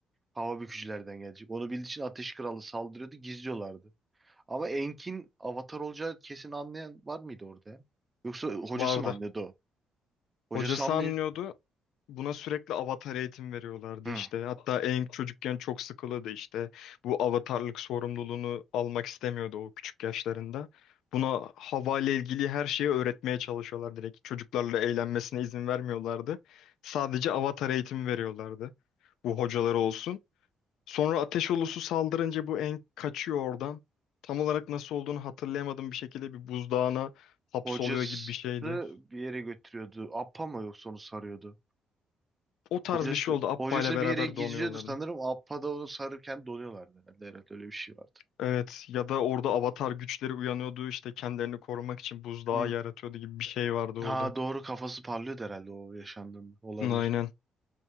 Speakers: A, on the right; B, on the left.
A: hava bükücülerden gelecek. Onu bildiği için Ateş Kralı saldırıyordu. Gizliyorlardı. Ama Enk'in Avatar olacağı kesin anlayan var mıydı orada ya? Yoksa hocası
B: Vardı.
A: mı anlıyordu o? Hocası
B: Hocası
A: anlıyor.
B: anlıyordu. Buna sürekli avatar eğitim veriyorlardı
A: Hı.
B: işte. Hatta en çocukken çok sıkılıyordu işte. Bu avatarlık sorumluluğunu almak istemiyordu o küçük yaşlarında. Buna hava ile ilgili her şeyi öğretmeye çalışıyorlar direkt. Çocuklarla eğlenmesine izin vermiyorlardı. Sadece avatar eğitimi veriyorlardı. Bu hocaları olsun. Sonra ateş ulusu saldırınca bu en kaçıyor oradan. Tam olarak nasıl olduğunu hatırlayamadığım bir şekilde bir buzdağına hapsoluyor
A: Hocası
B: gibi bir şeydi.
A: bir yere götürüyordu. Appa mı yoksa onu sarıyordu?
B: O tarz
A: Hocası,
B: bir şey oldu. Appa
A: hocası
B: ile beraber
A: bir yere gizliyordu
B: donuyorlardı.
A: sanırım. Appa da onu sarırken donuyorlardı herhalde. Herhalde öyle bir şey vardı.
B: Evet ya da orada avatar güçleri uyanıyordu işte kendilerini korumak için buzdağı
A: Hı.
B: yaratıyordu gibi bir şey vardı orada.
A: Ha doğru kafası parlıyordu herhalde o yaşandığında. Olabilir.
B: Aynen.